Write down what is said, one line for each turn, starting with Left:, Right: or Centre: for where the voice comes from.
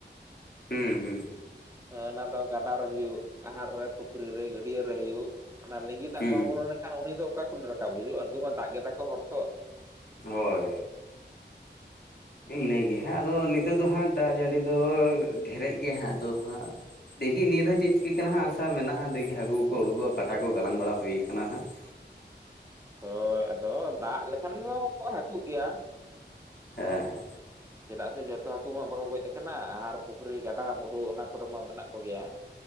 Left: ᱦᱩᱸ ᱦᱩᱸ ᱦᱩᱸ ᱾
Right: ᱦᱳᱭ ᱚᱱᱟ ᱫᱚ ᱜᱟᱰᱟ ᱨᱮ ᱦᱩᱭᱩᱜ ᱟᱦᱟᱨ ᱨᱮ ᱯᱩᱠᱷᱨᱤ ᱨᱮ ᱜᱟᱹᱰᱤᱭᱟᱹ ᱨᱮ ᱦᱩᱭᱩᱜ ᱚᱱᱟ ᱞᱤᱸᱜᱤ ᱫᱟᱜ
Left: ᱦᱩᱸ
Right: ᱵᱟᱝ ᱵᱚᱞᱚᱞᱮᱱ ᱮᱠᱷᱟᱱ ᱩᱱᱤ ᱫᱚ ᱚᱠᱟ ᱠᱷᱚᱱ ᱨᱟᱠᱟᱵ ᱦᱤᱡᱩᱜᱼᱟ ᱩᱱᱠᱩ ᱢᱟ ᱫᱟᱜᱽ ᱜᱮ ᱛᱟᱠᱚ ᱦᱚᱨ ᱛᱚ ᱾
Left: ᱦᱳᱭ ᱾ ᱤᱱᱟᱹᱜᱮ ᱦᱟᱸᱜ ᱟᱫᱚ ᱱᱤᱛᱚᱜ ᱫᱚ ᱦᱟᱸᱜ ᱫᱟᱜ ᱡᱟᱹᱲᱤ ᱫᱚ ᱰᱷᱮᱨᱮᱜᱽ ᱜᱮᱭᱟ ᱦᱟᱸᱜ ᱟᱫᱚ ᱦᱟᱸᱜ ᱫᱮᱠᱷᱤ ᱱᱤᱭᱟᱹ ᱫᱷᱟᱣ ᱪᱮᱫ ᱪᱤᱠᱟᱹᱜ ᱠᱟᱱᱟ ᱟᱥᱟ ᱢᱮᱱᱟᱜᱼᱟ ᱫᱮᱠᱷᱤ ᱦᱟᱹᱠᱩ ᱠᱚᱠᱚ ᱚᱰᱳᱜᱚᱜᱼᱟ ᱯᱟᱴᱟ ᱠᱚ ᱜᱟᱞᱟᱝ ᱵᱟᱲᱟ ᱦᱩᱭᱠᱟᱱᱟ ᱦᱟᱸᱜ ᱾
Right: ᱦᱳᱭ ᱟᱫᱚ ᱫᱟᱜ ᱞᱮᱠᱷᱟᱱ ᱫᱚ ᱦᱟᱹᱠᱩᱜ ᱜᱮᱭᱟ ᱾
Left: ᱦᱮᱸ ᱾
Right: ᱪᱮᱫᱟᱜ ᱥᱮ ᱡᱚᱛᱚ ᱦᱟᱹᱠᱩ ᱢᱟ ᱵᱟᱠᱚ ᱜᱚᱡ ᱠᱟᱱᱟ ᱟᱦᱟᱨ, ᱯᱩᱠᱷᱨᱤ ᱜᱟᱰᱟᱢᱩᱰᱩ ᱚᱱᱟ ᱠᱚᱨᱮ ᱢᱟ ᱢᱮᱱᱟᱜ ᱠᱚᱜᱮᱭᱟ ᱾